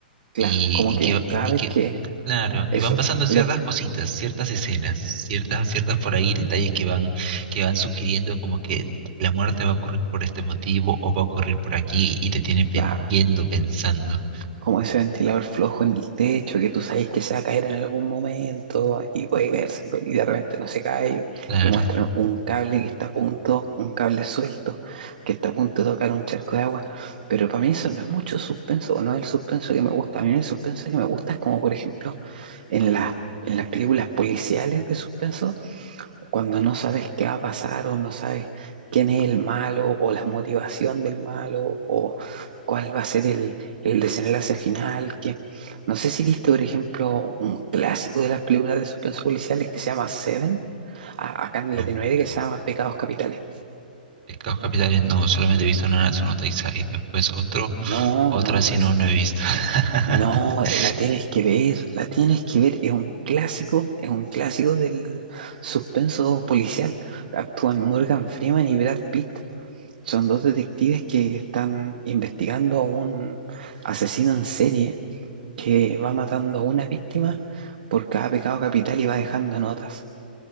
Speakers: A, on the right; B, on the right.
A: claro,
B: y,
A: como
B: y
A: que
B: que, y
A: cada vez
B: que,
A: que
B: claro, y
A: eso,
B: van pasando ciertas
A: le,
B: cositas, ciertas escenas, ciertas, ciertas por ahí, detalles que van, que van sugiriendo como que la muerte va a ocurrir por este motivo o va a ocurrir por aquí y te tiene pen-
A: claro,
B: viendo, pensando.
A: como ese ventilador flojo en el techo, que tú sabes que se va a caer en algún momento y puede caerse en cual- y de repente no se cae
B: Claro,
A: y muestran un cable que está a punto, un cable suelto que está a punto de tocar un charco de agua, pero para mí eso no es mucho suspenso, o no es el suspenso que me gusta, a mí el suspenso que me gusta es como por ejemplo en las, en las películas policiales de suspenso cuando no sabes qué va a pasar o no sabes quién es el malo o la motivación del malo o cuál va a ser el, el desenlace final, que no sé si viste, por ejemplo, un clásico de las películas de suspenso policiales que se llama Seven, a- acá en
B: no.
A: Latinoamérica se llama Pecados Capitales.
B: Pecados capitales no, solamente he visto Nanatsu no Taizai. Después otro,
A: No,
B: otra
A: no,
B: sí
A: es-
B: no, no he visto. <laughs>
A: no, la tienes que ver, la tienes que ver, es un clásico, es un clásico del suspenso policial. Actúan Morgan Freeman y Brad Pitt. Son dos detectives que están investigando a un asesino en serie que va matando a una víctima por cada pecado capital y va dejando notas.